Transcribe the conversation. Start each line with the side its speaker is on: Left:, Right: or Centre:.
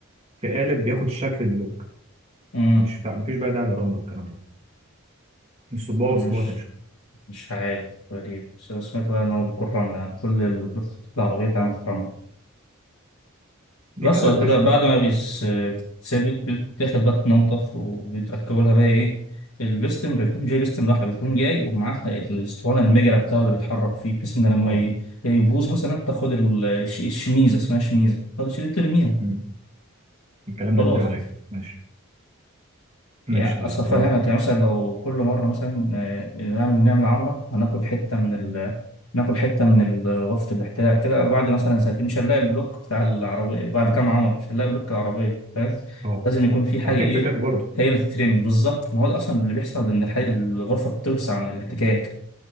Right: في قالب بياخد شكل البلوك
Left: مم.
Right: مش فا... مفيش بقى داعي للرمله والكلام ده مش صباعه
Left: مش
Right: وسيبوها تنشف
Left: مش عارف غريب بس أنا سمعت بقى إن هو بيكون رملة يعني كل البلوك العربية بتتعمل في الرملة
Right: دي
Left: بس
Right: حاجه
Left: بعد
Right: سبيشال
Left: كده بعد ما بيس- بتتثبت بتاخد بقى تنضف وبيتركبوا لها بقى إيه البستم بيكون جاي بستم لوحده بيكون جاي ومعاها الاسطوانة المجرة بتاعه اللي بيتحرك فيه بحيث إن لما
Right: اه
Left: ي- يبوظ مثلا تاخد ال- الش- الشميزة اسمها شميزة تاخد الشميزة ترميها
Right: مم. الكلام ده
Left: خلاص
Right: كبير عليا ماشي ماشي
Left: يعني
Right: تمام
Left: اصل افهمك
Right: هو
Left: يعني مثلا لو كل مره مثلا آه، نعمل نعمل عمره هناكل حته من ال... ناكل حته من ال- غرفه الاحتلال كده بعد مثلا سنتين مش هنلاقي البلوك بتاع العربيه بعد كام عمره مش هنلاقي بلوك العربيه فاهم
Right: اه
Left: لازم يكون في حاجه
Right: اه في
Left: ايه
Right: احتكاك برضه
Left: هي اللي تترمي بالظبط ما هو ده اصلا اللي بيحصل ان الح... الغرفه بتوسع من الاحتكاك